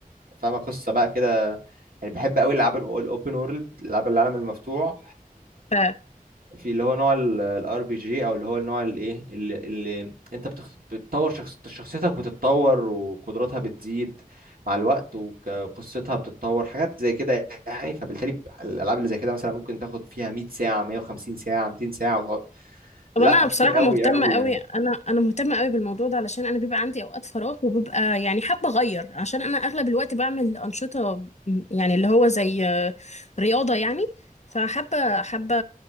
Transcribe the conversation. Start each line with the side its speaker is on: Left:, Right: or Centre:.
Right: فاهمه قصه بقى كده يعني بحب قوي الالعاب الاوبن وورلد الالعاب العالم المفتوح
Left: ف...
Right: في اللي هو نوع الار بي جي او اللي هو النوع الايه اللي, اللي انت بتخ... بتطور شخص... شخصيتك بتتطور وقدراتها بتزيد مع الوقت وك- وقصتها بتتطور حاجات زي كده يعني فبالتالي الالعاب اللي زي كده مثلا ممكن تاخد فيها 100 ساعة 150 ساعة 200 ساعة وتقعد
Left: طب
Right: لا
Left: انا بصراحه
Right: كتير قوي
Left: مهتمه
Right: قوي
Left: قوي
Right: يعني
Left: انا انا مهتمه قوي بالموضوع ده علشان انا بيبقى عندي اوقات فراغ وببقى يعني حابه اغير عشان انا اغلب الوقت بعمل انشطه م- يعني اللي هو زي آه، رياضه يعني فحابه حابه